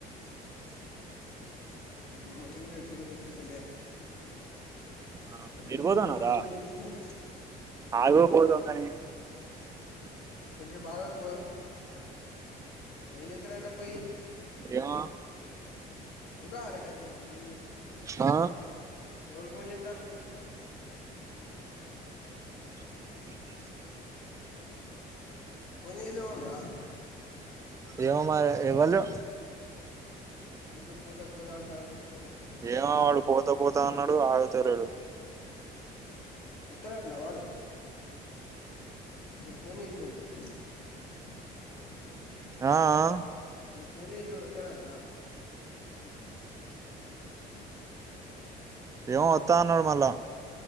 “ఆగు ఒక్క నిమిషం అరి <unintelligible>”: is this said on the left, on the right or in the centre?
Right